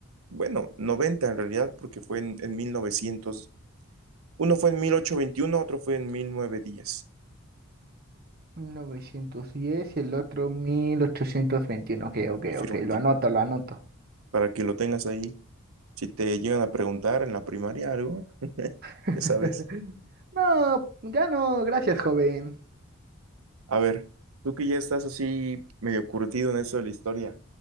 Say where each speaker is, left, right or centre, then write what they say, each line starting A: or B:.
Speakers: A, on the right (about 80°); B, on the right (about 45°).
A: bueno, 90 en realidad, porque fue en, en 1900. Uno fue en 1821, otro fue en 1910.
B: mil novecientos diez y el otro mil ochocientos veintiuno Ok, ok,
A: Afirmativo.
B: ok, lo anoto, lo anoto.
A: Para que lo tengas ahí. Si te llegan a preguntar en la primaria algo, <laughs>
B: <laughs>
A: ya sabes.
B: No, ya no gracias, joven.
A: A ver, tú que ya estás así medio curtido en eso de la historia.